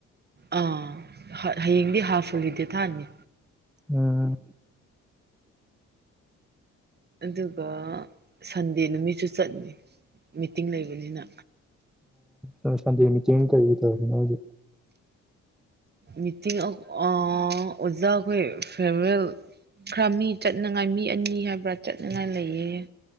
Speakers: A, on the right; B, in the centre.
A: ꯑꯥ ꯍꯌꯦꯡꯗꯤ ꯍꯥꯐ ꯍꯣꯂꯤꯗꯦ ꯊꯥꯅꯤ
B: ꯎꯝ
A: ꯑꯗꯨꯒ ꯁꯟꯗꯦ ꯅꯨꯃꯤꯠꯁꯨ ꯆꯠꯅꯤ ꯃꯤꯇꯤꯡ ꯂꯩꯕꯅꯤꯅ
B: ꯑ ꯁꯟꯗ ꯃꯤꯇ ꯀꯔꯤ ꯇ ꯍꯧꯖ
A: ꯃꯤꯇꯤꯡ ꯑꯣꯖꯥꯈꯣꯏ ꯐꯦꯔꯋꯦꯜ ꯈꯔ ꯃꯤ ꯆꯠꯅꯉꯥꯏ ꯃꯤ ꯑꯅꯤ ꯍꯥꯏꯕ꯭ꯔꯥ ꯆꯠꯅꯉꯥꯏ ꯂꯩꯌꯦ